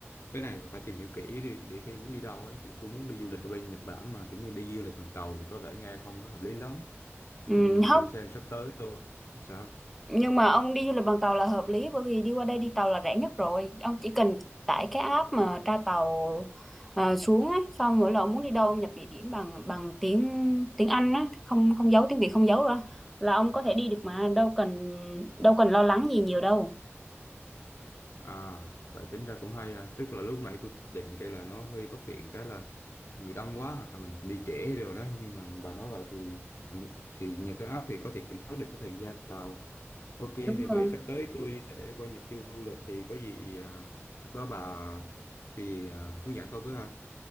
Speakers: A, on the left (about 60°); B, in the centre.
A: cái này phải tìm hiểu kỹ để, để khi muốn đi đâu ấy thì tôi muốn đi du lịch ở bên Nhật Bản mà kiểu như đi du lịch bằng tàu thì có vẻ nghe không có hợp lý lắm
B: Ừm,
A: ừ,
B: không
A: để xem sắp tới tôi sao
B: nhưng mà ông đi du lịch bằng tàu là hợp lý bởi vì đi qua đây đi tàu là rẻ nhất rồi ông chỉ cần tải cái app mà tra tàu ờ, xuống ấy xong mỗi lần ông muốn đi đâu ông nhập địa điểm bằng bằng tiếng tiếng Anh á không không giấu tiếng Việt không giấu ra là ông có thể đi được mà đâu cần đâu cần lo lắng gì nhiều đâu
A: à vậy tính ra cũng hay à tức là lúc nãy tôi định kêu là nó hơi bất tiện cái là người đông quá hoặc là mình đi trễ rồi đó nhưng mà bà nói vậy thì thì nhờ cái app thì có thể kiểm soát được cái thời gian tàu Ok thì
B: Đúng rồi.
A: vậy sắp tới tôi sẽ qua Nhật du lịch thì có gì à, lúc đó bà thì à, hướng dẫn tôi với ha.